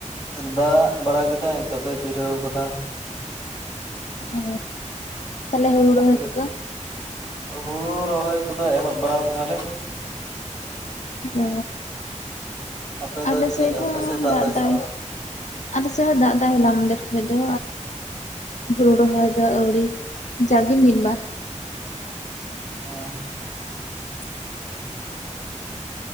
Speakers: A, on the left (about 35°); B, on the left (about 65°).
A: ᱫᱟᱜ ᱵᱟᱲᱟ ᱠᱮᱫᱟᱭ ᱱᱤᱛᱚᱜ ᱫᱚ ᱡᱤᱨᱟᱹᱣ ᱟᱠᱟᱫᱟ
B: ᱚ ᱛᱟᱦᱚᱞᱮ ᱦᱩᱲᱩ ᱨᱚᱦᱚᱭ
A: ᱟᱯᱮ ᱥᱮᱫ
B: ᱠᱚᱫᱚ
A: ᱦᱩᱲᱩ ᱨᱚᱦᱚᱭ ᱠᱚᱫᱚ ᱮᱦᱚᱵ ᱵᱟᱲᱟᱣ ᱠᱟᱱᱟᱞᱮ
B: ᱚ
A: ᱟᱯᱮ
B: ᱟᱞᱮ
A: ᱫᱚ ᱪᱮᱫ
B: ᱥᱮᱫ ᱦᱚᱸ
A: ᱟᱯᱮ
B: ᱫᱟᱜ ᱫᱟᱭ
A: ᱥᱮ ᱵᱟᱝ
B: ᱟᱞᱮ ᱥᱮᱫ ᱦᱚ ᱫᱟᱜ ᱮᱫᱟ ᱦᱚᱞᱟ ᱢᱟᱫᱷᱮᱨ ᱠᱷᱚᱡ ᱫᱚ ᱦᱩᱲᱩ ᱨᱚᱦᱚᱭ ᱫᱚ ᱟᱣᱨᱤ ᱡᱟᱜᱮ ᱢᱤᱫ ᱵᱟᱨ
A: <inaudible>